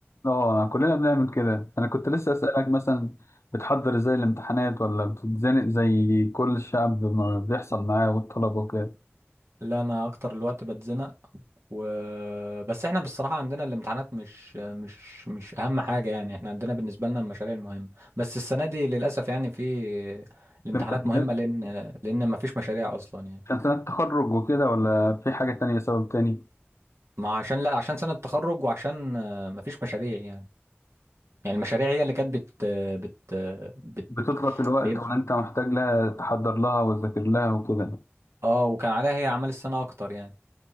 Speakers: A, on the left (about 80°); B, on the right (about 80°).
A: اه كلنا بنعمل كده انا كنت لسه اسالك مثلا بتحضر ازاي الامتحانات ولا بتتزنق زي كل الشعب ما بيحصل معاه والطلبه وكده
B: لا انا اكتر الوقت بتزنق و... بس احنا بالصراحة عندنا الامتحانات مش مش مش أهم حاجة يعني احنا عندنا بالنسبة لنا المشاريع المهمة بس السنة دي للأسف يعني في الامتحانات
A: في امتحانات
B: مهمة لأن لأن مفيش مشاريع أصلا يعني
A: عشان سنه تخرج وكده ولا في حاجه تانية سبب تاني
B: ما عشان لا عشان سنة تخرج وعشان آه، مفيش مشاريع يعني يعني المشاريع هي اللي كانت بت بت بت
A: بتضغط الوقت
B: بيب-
A: ولا انت محتاج لها تحضر لها وتذاكر لها وكده
B: اه وكان عليها هي أعمال السنة أكتر يعني